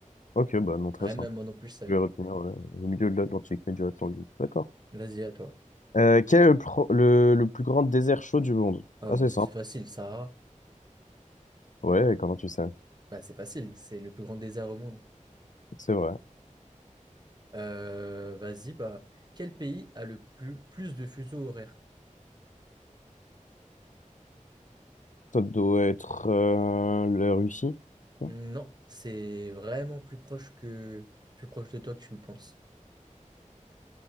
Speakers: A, on the left; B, on the right.
A: Ok, bah non, très
B: Ouais,
A: simple.
B: même moi non plus, je savais
A: Je vais
B: pas.
A: retenir euh, au milieu de l'Atlantique mais du atlantique D'accord.
B: Vas-y, à toi.
A: Euh, quel est le, pro- le, le plus grand désert chaud du monde?
B: Ah,
A: Ah,
B: mais
A: c'est
B: ça,
A: simple.
B: c'est facile, Sahara.
A: Ouais, comment tu sais?
B: Bah, c'est facile, c'est le plus grand désert au monde.
A: C'est vrai.
B: Euh, vas-y, bah, quel pays a le plus, plus de fuseaux horaires?
A: Ça doit être euh, la Russie. non
B: Non, c'est vraiment plus proche que plus proche de toi que tu le penses.